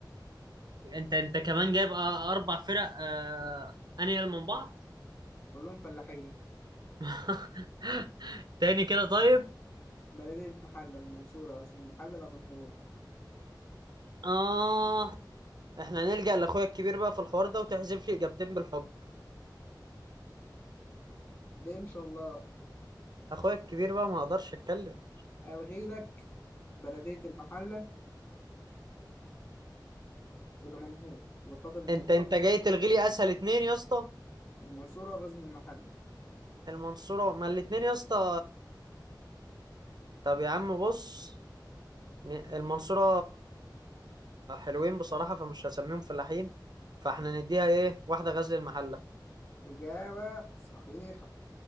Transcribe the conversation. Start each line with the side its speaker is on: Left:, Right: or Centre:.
Right: انت انت كمان جايب أ- اربع فرق آه... انيال من بعض
Left: كلهم فلاحين
Right: <laughs> تاني كده طيب
Left: بلدية المحلة المنصورة غزل المحلة دمنهور
Right: اه احنا نلجأ لاخويا الكبير بقى في الحوار ده وتحذف لي اجابتين بالحب
Left: ليه إن شاء الله
Right: اخويا الكبير بقى ما اقدرش اتكلم
Left: ألغي لك بلدية المحلة ودمنهور وفضل المنصور
Right: انت انت جاي تلغي لي اسهل اتنين يا اسطى
Left: المنصورة وغزل المحلة
Right: المنصورة ما الاتنين يا اسطى طب يا عم بص المنصورة حلوين بصراحة فمش هسميهم فلاحين فاحنا نديها ايه واحدة غزل المحلة
Left: إجابة صحيحة